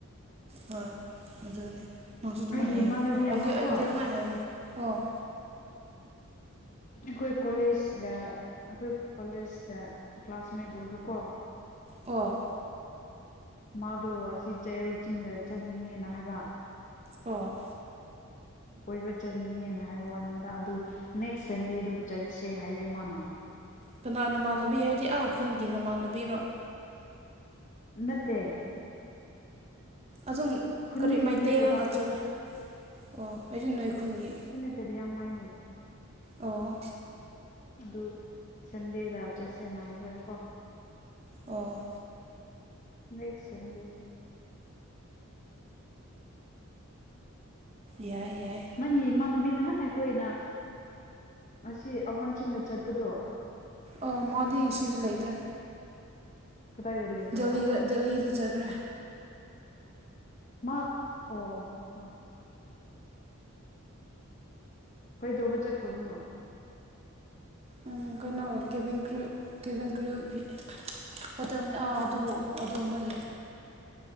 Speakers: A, on the right (about 25°); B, on the left (about 35°).
A: ꯍꯣꯏ ꯑꯗꯨꯅꯦ ꯅꯪꯖꯨ ꯑꯗꯨꯃꯥꯏ
B: ꯑꯩꯒꯤ
A: ꯍꯥꯏꯌꯣ
B: ꯏꯃꯥꯟꯅꯕꯤ ꯑꯃ
A: ꯑꯩꯗꯤ
B: ꯀꯣ
A: ꯑꯩꯗꯤ ꯑꯗꯨꯃꯥꯏ ꯍꯥꯏꯕꯅꯦ ꯑꯣ
B: ꯑꯩꯈꯣꯏ ꯀꯣꯂꯦꯖꯒ ꯑꯩꯈꯣꯏ ꯀꯣꯂꯦꯖꯗ ꯀ꯭ꯂꯥꯁꯃꯦꯠ ꯑꯣꯏꯕꯀꯣ
A: ꯑꯣ
B: ꯃꯥꯗꯣ ꯑꯁꯤ ꯆꯩꯔꯧ ꯆꯤꯡꯗ ꯆꯠꯅꯤꯡꯉꯦꯅ ꯍꯥꯏꯕ
A: ꯑꯣ
B: ꯀꯣꯏꯕ ꯆꯠꯅꯤꯡꯉꯦꯅ ꯍꯥꯏꯕ ꯋꯥꯅꯤꯗ ꯑꯗꯨ ꯅꯦꯛꯁ ꯁꯟꯗꯦꯗꯨ ꯆꯠꯁꯦ ꯍꯥꯏꯌꯦ ꯃꯥꯅ
A: ꯀꯅꯥ ꯅꯃꯥꯟꯅꯕꯤ ꯍꯥꯏꯔꯗꯤ ꯑꯥ ꯈꯨꯟꯒꯤ ꯅꯃꯥꯟꯅꯕꯤꯔꯣ
B: ꯅꯠꯇꯦ
A: ꯑꯗꯨꯝ
B: ꯈꯨꯟꯗꯒꯤ
A: ꯀꯔꯤ ꯃꯩꯇꯩꯔꯣ
B: ꯅꯠꯇꯦꯗ
A: ꯅꯠꯇ꯭ꯔꯒ ꯑꯣ ꯑꯩꯖꯨ ꯅꯣꯏ ꯈꯨꯟꯒꯤ
B: ꯇꯦꯂꯤꯌꯥꯡ ꯃꯩꯅꯦ
A: ꯑꯣ
B: ꯑꯗꯨ ꯁꯟꯗꯦꯗ ꯆꯠꯁꯦꯅ ꯑꯩꯈꯣꯢ ꯀꯣ
A: ꯑꯣ
B: ꯅꯦꯛꯁ ꯁꯟꯗꯦ
A: ꯌꯥꯏ ꯌꯥꯏ
B: ꯅꯪꯒꯤ ꯏꯃꯥꯟꯅꯕꯤ ꯅꯍꯥꯟ ꯑꯩꯈꯣꯏꯅ ꯑꯁꯤ ꯑꯋꯣꯟꯆꯤꯡꯗ ꯆꯠꯄꯗꯨ
A: ꯑ ꯃꯥꯗꯤ ꯁꯤꯗ ꯂꯩꯇ꯭ꯔꯦ
B: ꯀꯗꯥꯏꯗ ꯂꯩꯒ꯭ꯔꯕ
A: ꯗꯦꯜꯂꯤꯗ ꯗꯦꯜꯂꯤꯗ ꯆꯈ꯭ꯔꯦ
B: ꯃꯥ ꯑꯣ ꯑꯣ ꯍꯣꯏ ꯀꯩꯗꯧꯕ ꯆꯠꯈ꯭ꯔꯕꯅꯣ
A: ꯎꯝ ꯀꯩꯅꯣ ꯀꯦꯚꯤꯟ ꯀ꯭ꯔꯨ ꯀꯦꯚꯤꯟ ꯀ꯭ꯔꯨꯒꯤ ꯍꯣꯇꯦꯜꯅꯤ ꯑꯥ ꯑꯗꯨ ꯑꯗꯨꯒꯨꯝꯕꯒꯤ